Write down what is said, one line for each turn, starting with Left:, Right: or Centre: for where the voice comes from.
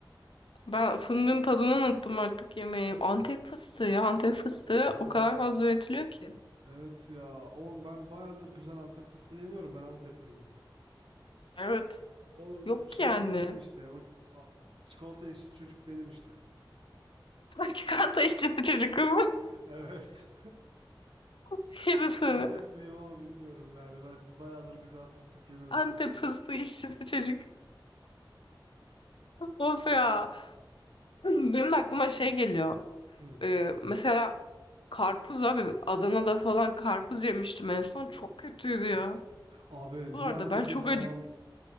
Left: Ben fındığın tadını unuttum artık yemeği. Antep fıstığı ya. Antep fıstığı
Right: Ya
Left: o kadar
Right: ben
Left: fazla üretiliyor ki.
Right: evet ya. Oğlum ben bayağıdır güzel Antep fıstığı yemiyorum. Ben Antepliyim.
Left: Evet.
Right: O
Left: Yok
Right: şeyci
Left: ki yani.
Right: benim işte. O a- çikolata eşi çocuk benim işte.
Left: <laughs> Sen çikolata işçisi çocuk kız.
Right: <laughs> Evet.
Left: <laughs> Yerim
Right: <laughs>
Left: seni.
Right: Antepliyim ama bilmiyorum yani. Ben bayağıdır güzel fıstık yemedim.
Left: Antep fıstığı işçisi çocuk. Of ya. Benim de aklıma şey geliyor.
Right: Hı.
Left: Ee, mesela karpuz abi. Adana'da falan karpuz yemiştim en son. Çok kötüydü ya.
Right: Abi
Left: Bu
Right: Diyarbakır
Left: arada ben çok
Right: falan.
Left: acıktım.